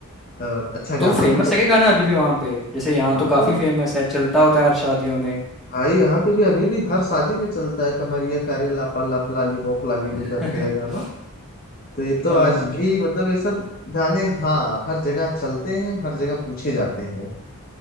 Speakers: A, on the left; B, in the centre.
A: और अच्छा गाना
B: तो फेमस
A: था वो
B: है क्या गाना अभी भी वहां पे जैसे यहाँ
A: हाँ
B: तो काफी
A: भाई
B: फेमस है चलता होता है हर शादियों में
A: भाई यहाँ पे भी अभी भी हर शादी में चलता है कमरिया कारे लापा लाप लालीपॉप लागेलू
B: <laughs>
A: करके है गाना तो ये तो
B: हाँ
A: आज भी मतलब ये सब गाने हाँ हर जगह चलते हैं हर जगह पूछे जाते हैं